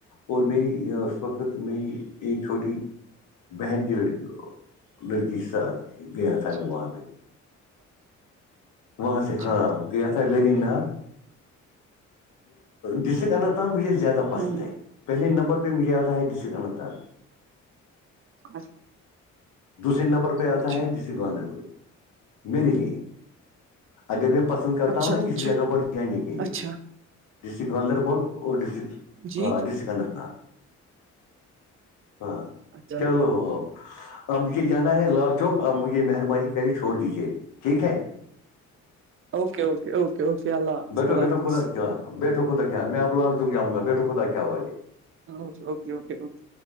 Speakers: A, on the left (about 80°); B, on the right (about 45°).
A: اور می اس وقت میں ایک چھوٹی بہن کی لڑکی لڑکی کے ساتھ گیا تھا
B: اچھا
A: میں وہاں پہ وہاں سے
B: اچھا
A: ہاں گ تھا وری ناگ ڈسٹرک انننت ناگ بس زیاد پسند
B: ہوں
A: ہے پہلے نمبر پہ مجھے آتا ہے ڈسٹرکٹ اننت ناگ
B: اچھا
A: دوسرے نمبر پہ آتا
B: اچھا
A: ہے ڈسک گاندربل میرے لیے اگر میں پسند کرتا
B: اچھا
A: ہوں نا
B: اچھا
A: کسی جگہ پر جانے کے لیے
B: اچھا
A: تو ڈسٹرک گاندربل اور ڈسٹرک
B: جی
A: ڈسٹرک اننت ناگ ہاں
B: اچھا
A: چلو ب آپ مجھے جانا ہے لال چوک آپ مجھے مہربانی کرے چھوڑ دیجیے ٹھیک ہے
B: اوکے اوکے اوکے اوکے اللہ حافظ
A: بیٹھو
B: اللہ
A: بیٹھو
B: حافظ
A: خدا کیا بیٹھو خدا کیا میں اب لال چک جاؤ گا بیٹو خدا کیا والے
B: ہاںوکےوکےوکے اوکے